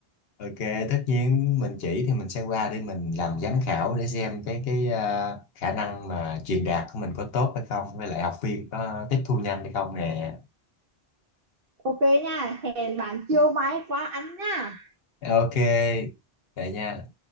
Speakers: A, on the left; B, on the right.
A: ok tất nhiên mình chỉ thì mình sẽ qua để mình làm giám khảo để xem cái cái ờ, khả năng mà truyền đạt của mình có tốt hay không với lại học viên có tiếp thu nhanh hay không nè
B: Ok nha, hẹn bạn chiều mai qua ăn nha.
A: ok vậy nha